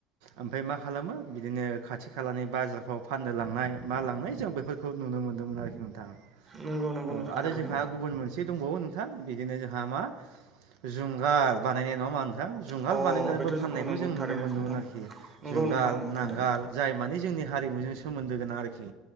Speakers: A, on the right; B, on the right.
A: ओमफाय मा खालामो बिदिनो खाथि खालानि बाजारफ्राव फाननो लांनाय मा लांनाय जों बेफोर नुनो मोनदोंमोन आरोखि नोंथां
B: नंगौ नंगौ
A: औ
B: नोंथां
A: आरो
B: थारैनो
A: जोंहा गुबुन मो एसे दंबावो नोंथां बिदिनो जोंहा मा जुंगाल बानायनाय नङा होम्बा नोंथां जुंगाल
B: औ
A: बानायनानैबो
B: अ बेथ'
A: फाननायखौ
B: औ नंगौ
A: जों
B: थारैनो
A: नुनो मोनदोंमोन
B: नोंथां
A: आरोखि जुंगाल
B: नंगौ नोंथां नंगौ
A: नांगाल
B: थारैनो
A: जाय माने जोंनि हारिमुजों सोमोन्दो गोनां आरोखि